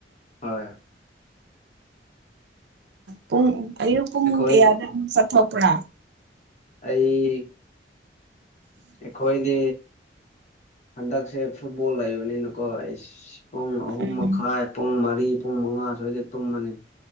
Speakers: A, on the left; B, on the right.
A: ꯍꯣꯏ
B: ꯄꯨꯡ ꯑꯨ ꯄꯨꯡ
A: ꯑꯩꯈꯣꯏ
B: ꯀ ꯌꯥꯗ ꯁꯊꯣꯄ꯭ꯔꯥ
A: ꯑꯩ ꯑꯩꯈꯣꯏꯗꯤ ꯍꯟꯗꯛꯁꯦ ꯐꯨꯠꯕꯣꯜ ꯂꯩꯕꯅꯤꯅꯀꯣ ꯑꯩ ꯄꯨꯡ ꯑꯍꯨꯝ
B: ꯎꯝ
A: ꯃꯈꯥꯏ ꯄꯨꯡ ꯃꯔꯤ ꯄꯨꯡ ꯃꯉꯥ ꯁ꯭ꯣꯏꯏꯗ ꯇꯨꯝꯃꯅꯤ